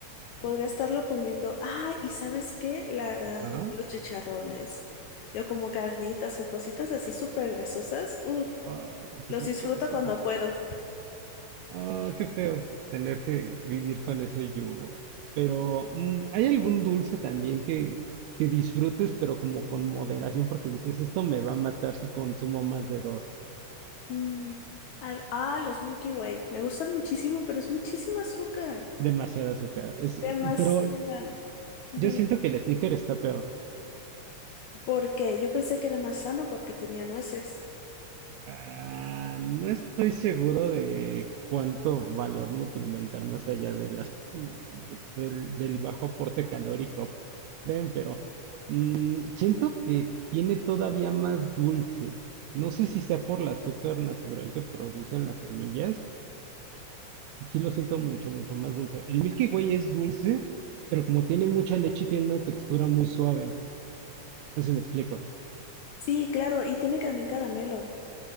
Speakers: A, on the left; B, on the right.
A: Podría
B: Oh,
A: estarlo comiendo. Ah, ¿y sabes qué? La,
B: Ajá.
A: los chicharrones. Yo como carnitas o cositas así súper grasosas. Uf,
B: Ah, qué
A: los
B: sabroso.
A: disfruto cuando puedo.
B: Ah, qué feo tener que vivir con ese yugo. Pero, mm, ¿hay algún dulce también que, que disfrutes, pero como con moderación? Porque dices, esto me va a matar si consumo más de dos,
A: Mm, al- ah, los Milky Way. Me gustan muchísimo, pero es muchísimo azúcar.
B: demasiado azúcar. Es,
A: Demasiada.
B: pero
A: Ujú.
B: yo siento que el sneaker está peor.
A: ¿Por qué? Yo pensé que era más sano porque tenía nueces.
B: Ah, no estoy seguro de cuánto valor nutrimental más allá de las, del, del bajo aporte calórico den, pero. Mm, Siento que tiene todavía más dulce. No sé si sea por el azúcar natural que producen las semillas. Sí lo siento mucho, mucho más dulce. El Milky Way es dulce, pero como tiene mucha leche, tiene una textura muy suave. No sé si me explico.
A: Sí, claro, y tiene también caramelo.